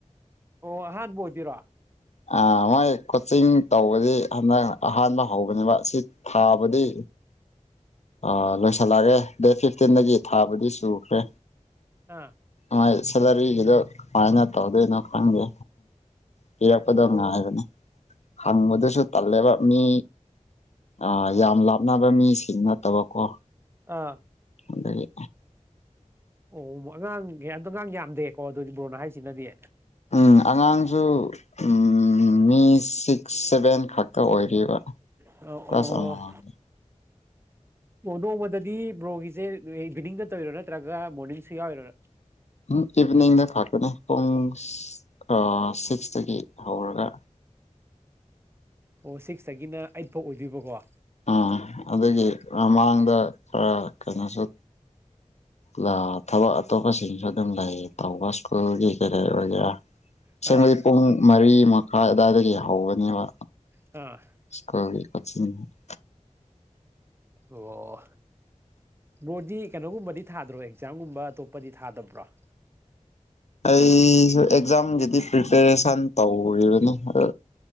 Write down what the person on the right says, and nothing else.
ꯑꯣ ꯍꯥꯕ ꯑꯣꯏꯗꯣꯏꯔꯣ
ꯑꯥ
ꯑꯣ
ꯑꯥ
ꯑꯣ ꯑꯉꯥꯡ ꯑꯣ ꯑꯉꯥꯡ ꯌꯥꯝꯗꯦꯀꯣ ꯑꯗꯨꯗꯤ ꯕ꯭ꯔꯣꯅꯥ ꯍꯥꯏꯁꯤꯅꯗꯤ
ꯑꯣ
ꯑꯣ ꯅꯣꯡꯃꯗꯗꯤ ꯕ꯭ꯔꯣꯒꯤꯁꯦ ꯏꯚꯤꯅꯤꯡꯗ ꯇꯧꯔꯤꯔꯥ ꯅꯠꯇ꯭ꯔꯒ ꯃꯣꯔꯅꯤꯡꯁꯨ ꯌꯥꯎꯔꯤꯔꯥ
ꯑꯣ ꯁꯤꯛꯁꯇꯒꯤꯅ ꯑꯩꯠ ꯐꯥꯎ ꯑꯣꯏꯗꯣꯏꯕꯀꯣ
ꯑꯥ
ꯑꯥ
ꯑꯣ ꯕꯣꯗꯤ ꯀꯩꯅꯣꯒꯨꯝꯕꯗꯤ ꯊꯥꯗ꯭ꯔꯣ ꯑꯦꯛꯖꯥꯝꯒꯨꯝꯕ ꯑꯇꯣꯞꯄꯗꯤ ꯊꯥꯗꯕ꯭ꯔꯣ